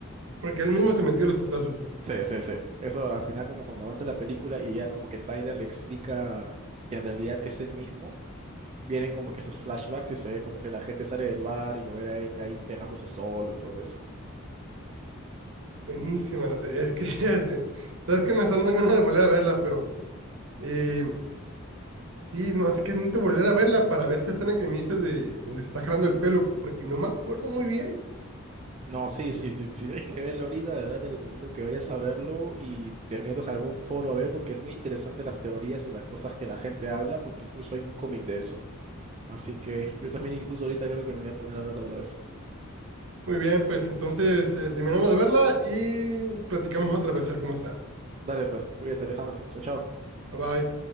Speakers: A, on the right; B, on the right.
A: porque él mismo se metió los putazos.
B: Sí, sí, sí. Eso al final como cuando avanza la película y ya como que Tyler le explica que en realidad es él mismo, vienen como que esos flashbacks y se ve como que la gente sale del bar y lo ve a él ahí pegándose solo y todo eso.
A: Buenísima la se- Es que, <laughs> es- sabes que me están dando ganas de volver a verla, pero Eh, sí, no, así que necesito volver a verla para ver esa escena que me dices de donde se está jalando el pelo, porque no me acuerdo muy bien.
B: No, sí, sí, sí, sí, tienes que verlo ahorita, de verdad te recomiendo que vayas a verlo y te metas a algún foro a ver porque es muy interesante las teorías y las cosas que la gente habla porque incluso hay un cómic de eso. Así que yo también incluso ahorita creo que me voy a poner a verlo otra vez.
A: Muy bien, pues entonces eh, terminamos de verla y platicamos otra vez a ver cómo está.
B: Dale pues, cuídate Alejandro. Chao, chao.
A: Bye bye.